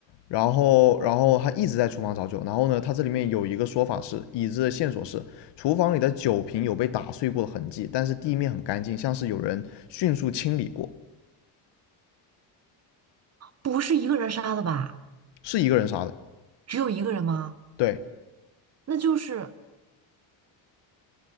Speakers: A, on the left; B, on the right.
A: 然后然后他一直在厨房找酒，然后呢，他这里面有一个说法是，已知的线索是厨房里的酒瓶有被打碎过的痕迹，但是地面很干净，像是有人迅速清理过，
B: 不是一个人杀的吧？
A: 是一个人杀的。
B: 只有一个人吗？
A: 对，
B: 那就是